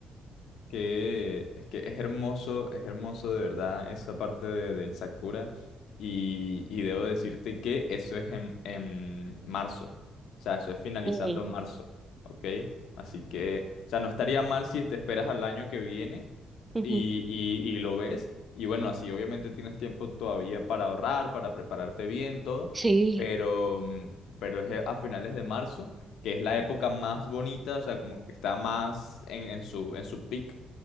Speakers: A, on the left (about 80°); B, on the right (about 20°).
A: Que es que es hermoso, es hermoso de verdad esa parte de- del Sakura. Y, y debo decirte que eso es en, en marzo. O sea, eso es finalizando
B: sí
A: marzo. ¿Ok? Así que, o sea, no estaría mal si te esperas al año que viene
B: ujú,
A: y, y y lo ves. Y bueno, así obviamente tienes tiempo todavía para ahorrar, para prepararte bien, todo.
B: Sí.
A: Pero, mm, pero es eh, a finales de marzo, que es la época más bonita, o sea, como que está más en, en su, en su peak.